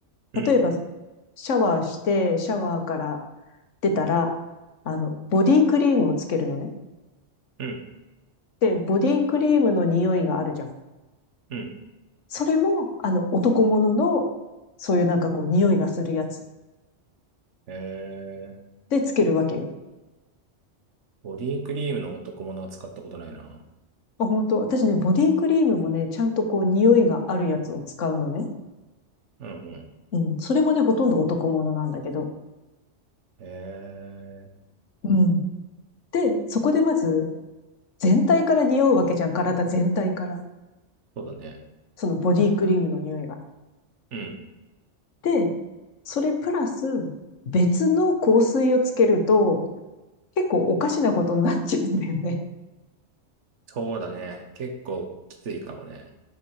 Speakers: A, on the right; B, on the left.
A: うん、
B: 例えば、シャワーして、シャワーからってたら、あの、ボディクリームをつけるのね。
A: うん。
B: で、ボディクリームの匂いがあるじゃん。
A: うん
B: それも、あの、男物の、そういうなんかこう、匂いがするやつ
A: えー、
B: でつけるわけよ。
A: ボディクリームの男物は使ったことないな。
B: あ、本当私ね、ボディクリームもね、ちゃんとこう、匂いがあるやつを使うのね。
A: うん、うん。
B: うん。それもね、ほとんど男物なんだけど。
A: えー、
B: うん。で、そこでまず、全体から匂うわけじゃん。体全体から。
A: そうだね。
B: そのボディクリームの匂いが。
A: うん。
B: で、それプラス、別の香水をつけると、結構おかしなことになっちゃうんだよね。
A: そうだね。結構きついかもね。